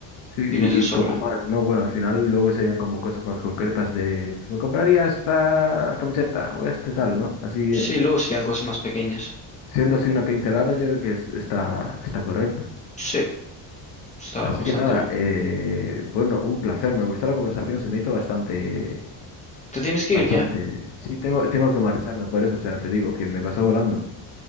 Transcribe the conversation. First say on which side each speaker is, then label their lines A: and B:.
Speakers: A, on the left; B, on the left.
A: sí, y,
B: tienes de
A: y
B: sobra.
A: poco más, ¿no? Bueno, al final luego serían como cosas más concretas de, pues me compraría esta camiseta o este tal, ¿no? Así,
B: Sí, luego serían cosas más pequeñas.
A: siendo así una pincelada, yo creo que es- está, está correcto.
B: Sí, está
A: Así
B: bastante
A: que nada,
B: bien.
A: eh, bueno, un placer, me gustó la conversación, se me hizo bastante,
B: ¿Te tienes que
A: bastante.
B: ir ya?
A: Sí, tengo, tengo que marcharme por eso, o sea, te digo que me pasó volando.